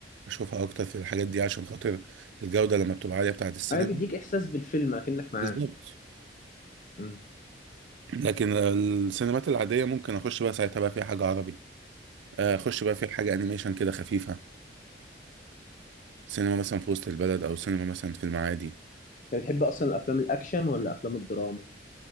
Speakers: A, on the right; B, on the left.
A: اشوفها اكتر في الحاجات دي عشان خاطر الجودة لما بتبقى عالية بتاعة السينما
B: ايوه بيديك احساس بالفيلم اكنك معاهم
A: بالظبط
B: امم
A: لكن السينمات العادية ممكن اخش بقى ساعتها بقى في حاجة عربي آه، اخش بقى في حاجة انيميشن كده خفيفة سينما مثلا في وسط البلد او سينما مثلا في المعادي
B: انت بتحب اصلا الافلام الاكشن ولا افلام الدراما